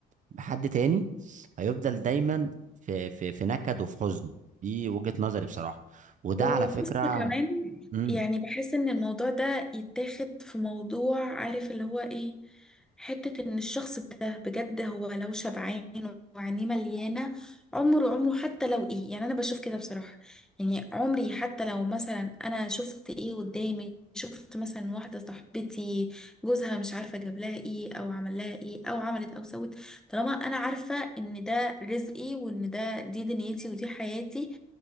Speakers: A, on the right; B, in the centre.
A: بحد تاني هيفضل دايما في في في نكد وفي حزن دي وجهة نظري بصراحة وده
B: وبص
A: على فكرة
B: كمان
A: امم
B: يعني بحس ان الموضوع ده يتاخد في موضوع عارف اللي هو ايه حتة ان الشخص ده بجد هو لو شبعان وعينيه مليانة عمره عمره حتى لو ايه يعني انا بشوف كده بصراحة يعني عمري حتى لو مثلا انا شفت ايه قدامي شفت مثلا واحدة صاحبتي جوزها مش عارفة جاب لها ايه او عمل لها ايه او عملت او سوت طالما انا عارفة ان ده رزقي وان ده دي دنيتي ودي حياتي